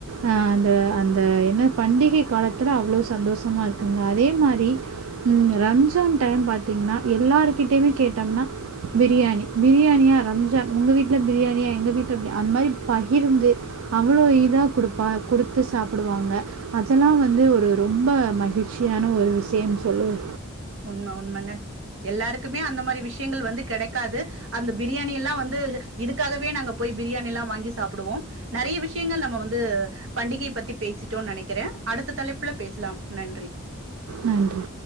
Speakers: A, on the right (about 80°); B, on the right (about 65°).
A: அ அந்த அந்த என்ன பண்டிகை காலத்துல அவ்ளோ சந்தோஷமா இருக்குங்க அதே மாரி ம் ரம்ஜான் டைம் பாத்தீங்னா எல்லாருகிட்டியுமே கேட்டம்னா பிரியாணி பிரி யாணியா ரம்ஜா உங்க வீட்ல பிரியாணியா எங்க வீட்ல பி அந் மாரி பகிர்ந்து அவ்ளோ இதாக் குடுப்பா குடுத்து சாப்புடுவாங்க அதெல்லா வந்து ஒரு ரொம்ப மகிழ்ச்சியான ஒரு விஷியன் சொல்லுவே
B: உண்ம உண்மங்க எல்லாருக்குமே அந்த மாரி விஷ்யங்கள் வந்து கெடக்காது அந்த பிரியாணியெல்லா வந்து இதுக்காகவே நாங்கப் போய் பிரியாணியெல்லா வாங்கி சாப்புடுவோம் நெறைய விஷ்யங்கள் நம்ம வந்து பண்டிகைய பத்தி பேசிட்டோன் நெனைக்கிறே அடுத்த தலைப்புல பேசலாம் நன்றி
A: நன்றி